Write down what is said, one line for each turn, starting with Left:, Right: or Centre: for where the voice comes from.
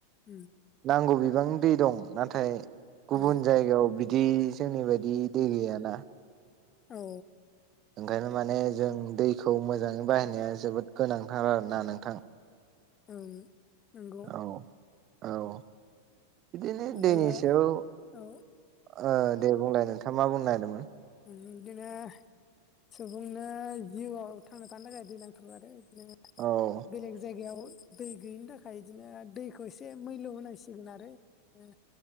Left: ओम
Right: नांगौ बिबांनि दै दं नाथाय गुबुन
Left: औ
Right: जायगायाव बिदि जोंनि बायदि दै गैयाना
Left: औ
Right: ओंखायनो माने जों दैखौ मोजाङै बाहायनाया जोबोद गोनांथार आरोना नोंथां
Left: ओं नंगौ
Right: औ-औ बिदिनो
Left: ओमफ्रायो
Right: दैनि सायाव
Left: औ
Right: दे बुंलाय नोंथाङा मा बुंनो नागिरदोंमोन
Left: ओम बिदिनो सुबुंनो जिउआव थांना थानो थाखाय दै नांथारगौ आरो बिदिनो
Right: औ
Left: बेलेग जायगायाव दै गैयिनि थाखाय बिदिनो दैखौ एसे मैलु होनांसिगोन आरो ओ